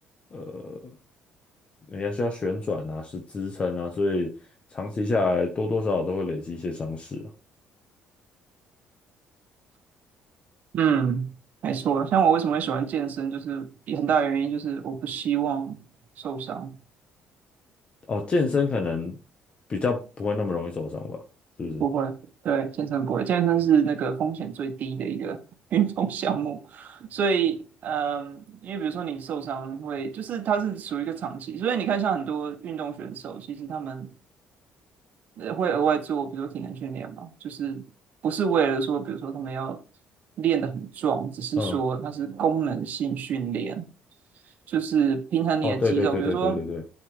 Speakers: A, on the left; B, on the right.
A: 呃，你还需要旋转呐，是支撑呐，所以长期下来多多少少都会累积一些伤势啊。
B: 嗯，没错。像我为什么会喜欢健身，就是有很大原因就是我不希望受伤。
A: 哦，健身可能比较不会那么容易受伤吧，是不是？
B: 不会，对，健身不会，健身是那个风险最低的一个 <laughs> 运动项目。所以，嗯，因为比如说你受伤会，就是它是属于一个长期，所以你看像很多运动选手，其实他们呃会额外做，比如说体能训练嘛，就是不是为了说，比如说他们要练得很壮，只是说它是功能性训练，
A: 嗯，
B: 就是平衡你的肌肉，
A: 哦，对对对对对对对
B: 比如说，